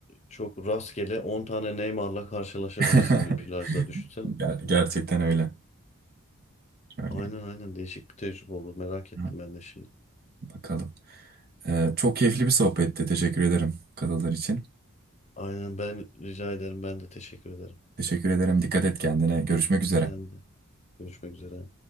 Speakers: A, on the left; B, on the right.
A: çok rastgele 10 tane Neymar'la karşılaşabilirsin
B: <laughs>
A: bir plajda düşünsene.
B: Ger- gerçekten öyle. Öyle.
A: Aynen aynen değişik bir tecrübe olur. Merak ettim
B: Ha,
A: ben de şimdi.
B: Bakalım. Ee, çok keyifli bir sohbetti. Teşekkür ederim katıldığın için.
A: Aynen ben rica ederim. Ben de teşekkür ederim.
B: Teşekkür ederim. Dikkat et kendine. Görüşmek üzere.
A: Ben de. Görüşmek üzere.